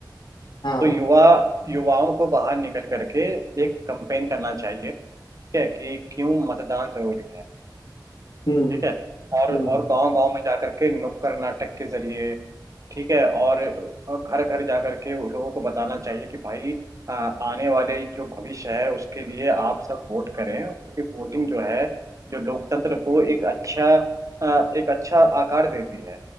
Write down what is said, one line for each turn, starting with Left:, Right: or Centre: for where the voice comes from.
Left: हाँ
Right: तो युवा युवाओं को बाहर निकल करके एक कंपेन करना चाहिए ठीक है कि क्यों मतदान जरूरी है
Left: हम्म
Right: ठीक है और
Left: हम्म
Right: और गांव गांव में जाकर के नुक्कड़ नाटक के जरिए ठीक है और और घर घर जा करके उन लोगों को बताना चाहिए कि भाई आ, आने वाले जो भविष्य है उसके लिए आप सब वोट करें क्योंकि वोटिंग जो है जो लोकतंत्र को एक अच्छा आ, एक अच्छा आकार देती है